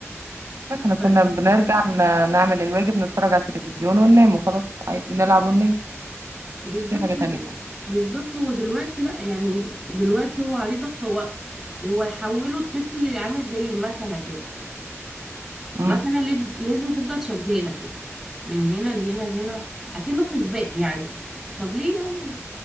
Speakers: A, on the right; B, in the centre.
A: احنا كنا
B: ف-
A: بنرجع ن- نعمل الواجب نتفرج على التلفزيون وننام وخلاص عادي نلعب وننام
B: بالظبط
A: مش في حاجة تانية فعلا
B: بالظبط هو دلوقتي لا يعني دلوقتي هو عليه ضغط هو هو يحوله الطفل عامل زي مكنة كده
A: امم
B: مكنة لف- لازم تفضل شغالة كده من هنا لهنا لهنا اكنه في سباق يعني طب ليه يعني